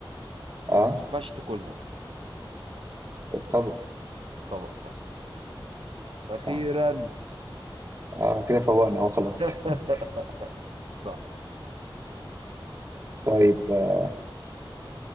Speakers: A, on the right; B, on the right.
A: اه
B: بس ما ينفعش تاكلها
A: الطبق
B: الطبق صح اخيرا
A: صح اه كده فوقنا اهو خلاص
B: <laughs>
A: <laughs>
B: صح
A: طيب آه،